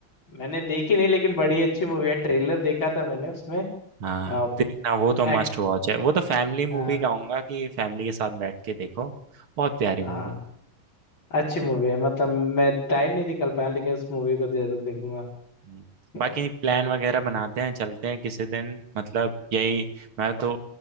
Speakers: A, on the left; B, on the right.
A: मैंने देखी नहीं लेकिन बड़ी अच्छी मूवी है ट्रेलर देखा था मैंने उसमें
B: हाँ
A: आ,
B: देखना वो तो
A: एक्ट
B: मस्ट वॉच है वो तो फैमिली मूवी
A: हाँ
B: कहूंगा कि फैमिली के साथ बैठ के देखो बहुत प्यारी
A: हाँ
B: मूवी है
A: अच्छी मूवी है मतलब मैं टाइम नहीं निकल पाया लेकिन उस मूवी को जरूर देखूंगा
B: हम्म। बाकी
A: ओ,
B: प्लान वगैरह बनाते हैं चलते हैं किसी दिन मतलब यही मैं तो